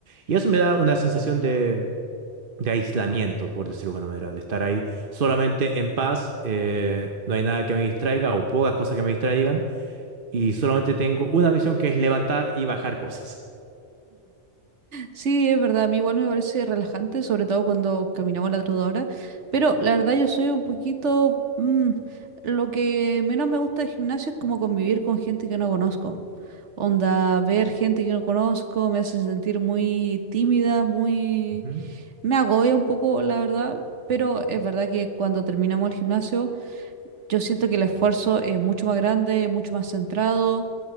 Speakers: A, on the right; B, on the right.
A: Y eso me da una sensación de de aislamiento, por decirlo de alguna manera, de estar ahí solamente en paz, eh, no hay nada que me distraiga o pocas cosas que me distraigan, y solamente tengo una misión que es levantar y bajar cosas.
B: Sí, es verdad. A mí igual me parece relajante, sobre todo cuando caminamos la trotadora. Pero la verdad yo soy un poquito... mm, lo que menos me gusta del gimnasio es como convivir con gente que no conozco. Onda, ver gente que no conozco me hace sentir muy tímida, muy...
A: Ujú.
B: Me agobia un poco, la verdad. Pero es verdad que cuando terminamos el gimnasio... Yo siento que el esfuerzo es mucho más grande, mucho más centrado,